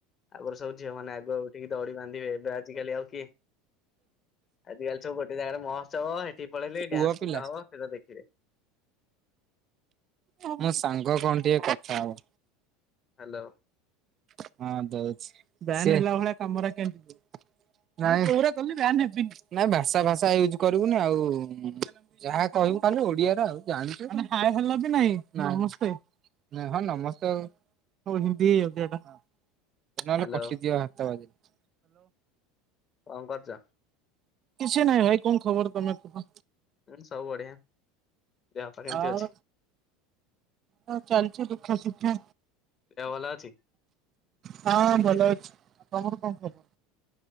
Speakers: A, on the left; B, on the right.
A: ଆଗରୁ ସବୁ ଝିଅ ମାନେ ଆଗ ଆସିକି ଦୋଳି ବାନ୍ଧିବେ ତ ଆଜିକାଲି ଆଉ କିଏ ଆଜିକାଲି ସବୁ ଗୋଟେ ଜାଗାରେ ମହୋତ୍ସବ ହେ ସେଠିକି ପଳେଇଲେ
B: ପୁଅ
A: ଡ୍ୟାନ୍ସ
B: ପିଲା
A: ଗୀତ ହବ ସେଟା ଦେଖିବେ।
B: ଓ ମୋ ସାଙ୍ଗ କଣ ଟିକେ କଥା ହବ।
A: ହାଲୋ।
B: ହଁ ଦୋଉଛି ସିଏ ନାଇଁ ନାଇଁ ଭାଷା ଫାଷା ୟୁଜ କରିବୁନି ଆଉ ଯାହା କହିବୁ ଖାଲି ଓଡିଆରା ଆଉ ଜାଣିଚୁ ନା। ନାଇଁ ହଁ ନମସ୍ତେ ଆଉ। ନହେନେ
A: ହ୍ୟାଲୋ
B: କଟିଯିବ ହାତ ବାଜିକି।
A: କଣ କରୁଚ?
B: କିଛି ନାଇଁ ଭାଇ କଣ ଖବର ତମେ କୁହ?
A: ଉଁ ସବୁ ବଢିଆ ଦେହପା କେମତି
B: ଆଉ
A: ଅଛି?
B: ହଁ ଚାଲଚି ଦୁଖେସୁଖେ।
A: ଦେହ ଭଲ ଅଛି?
B: ହଁ ଭଲ ଅଛି ତମର କଣ ଖବର।